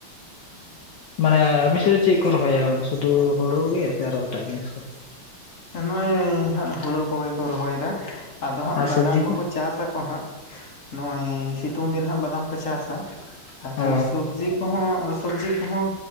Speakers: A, on the left; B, on the left.
A: ᱢᱟᱱᱮ ᱟᱵᱤᱱ ᱥᱮᱫ ᱫᱚ ᱪᱮᱫ ᱠᱚ ᱨᱚᱦᱚᱭᱟ? ᱥᱩᱫᱷᱩ ᱦᱩᱲᱩ ᱜᱮ ᱥᱮ ᱟᱨᱚ ᱮᱴᱟᱜ ᱡᱤᱱᱤᱥ ᱠᱚ?
B: ᱱᱚᱜᱚᱭ ᱦᱟᱸᱜ ᱦᱩᱲᱳ ᱠᱚᱜᱮ ᱠᱚ ᱨᱚᱦᱚᱭᱫᱟ ᱟᱫᱚ ᱦᱟᱸᱜ
A: ᱟᱨ
B: ᱵᱟᱫᱟᱢ
A: ᱥᱚᱵᱽᱡᱤ
B: ᱠᱚᱠᱚ
A: ᱠᱚ
B: ᱪᱟᱥᱟ ᱠᱚ ᱠᱚ ᱦᱟᱸᱜ ᱱᱚᱜᱼᱚᱭ ᱥᱤᱛᱩᱝ ᱫᱤᱱ ᱦᱟᱸᱜ ᱵᱟᱫᱟᱢ ᱠᱚ ᱪᱟᱥᱟ᱾ ᱟᱨ
A: ᱚ
B: ᱥᱚᱵᱽᱡᱤ ᱠᱚᱦᱚᱸ᱾ ᱥᱚᱵᱡᱤ ᱠᱚᱦᱚᱸ